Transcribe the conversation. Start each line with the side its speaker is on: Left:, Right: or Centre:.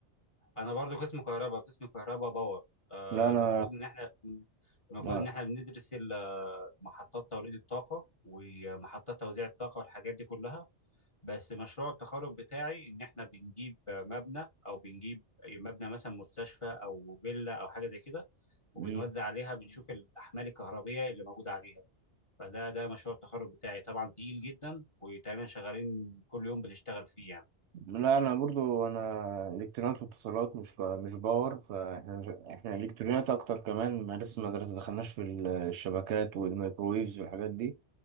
Left: انا برضو قسم كهرباء قسم كهرباء باور آه،
Right: لا انا
Left: المفروض ان احنا المفروض
Right: ما
Left: ان احنا بندرس ال- محطات توليد الطاقه ومحطات توزيع الطاقه والحاجات دي كلها بس مشروع التخرج بتاعي ان احنا بنجيب مبنى او بنجيب مبنى مثلا مستشفى او فيلا او حاجه زي كده وبنوزع
Right: مم.
Left: عليها بنشوف الاحمال الكهربيه اللي موجوده عليها فده ده مشروع التخرج بتاعي طبعا تقيل جدا وتقريبا شغالين كل يوم بنشتغل فيه يعني
Right: لا انا برضه انا الكترونيات واتصالات مش ب... مش باور فاحنا مش... احنا الكترونيات اكتر كمان ما لسه ما درس- دخلناش في ال- الشبكات والميكرويفز والحاجات دي